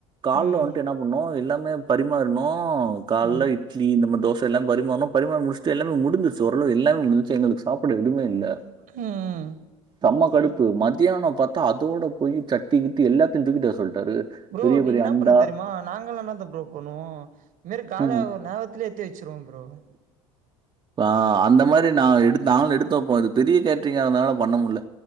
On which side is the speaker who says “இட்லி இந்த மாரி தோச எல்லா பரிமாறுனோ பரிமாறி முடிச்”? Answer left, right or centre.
Right